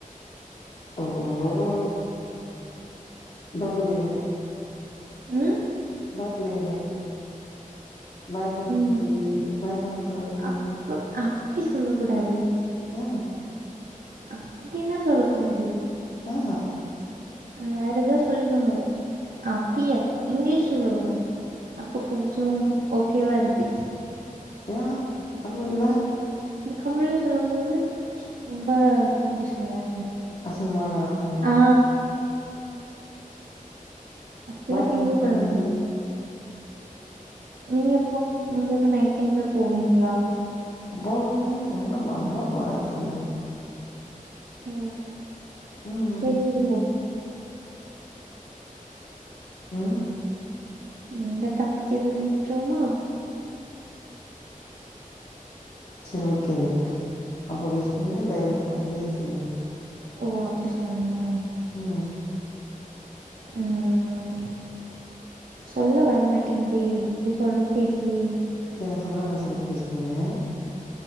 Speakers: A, on the left; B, on the right.
A: ஓ ஓ பயிப்பிடுவீங்க
B: ம்
A: பயிப்பிடிவீங்க பயன்தாங்கோலி
B: ம்
A: பயன்தாங்கோலி
B: அப்ப அப்டி சொல்ல கூடாது
A: ஆ
B: அப்டிலா சொல்ல கூடாது
A: ஆ
B: வேற ஏதா சொல்லிக்கோங்கோ ஆ பியர் இங்கிலீஷ்ல சொல்லுங்கோ அப்ப கொஞ்சோ ஓகேவா இருக்கு
A: ஏயா தமிழ்ல
B: தமிழ்ல சொல்லும் போது ரொம்ப எப்டி சொல்ல
A: அசிங்கமா இருக்கறா மாரி இருக்கு
B: ஆ அப்டிலா
A: பயந்தாங்கோலி
B: கிண்டல் பண்ணக்கூடாது நீ இப்போ நீங்க அப்போ நைட் டைம்ல போவீங்களா
A: போவேனே எங்க போணுமோ போவே சொல்லு
B: ஓ
A: ம்
B: செரி விடுங்கோ
A: ம்
B: இந்த டாப்பிக்கு இதோட விட்டுருவோமா
A: சேரி ஒகே விட்ரு அப்போ வெஸ்டன்ல இந்த இத சாங்லேயே சொல்லு
B: ஓ அப்டி சொல்னுமா
A: ம்
B: ம் சொல்ல வரமாட்டேங்குதே எப்டி சொல்னு தெர்லே
A: தெரிஞ்ச சொல்வாங்க சரின் பேசுனே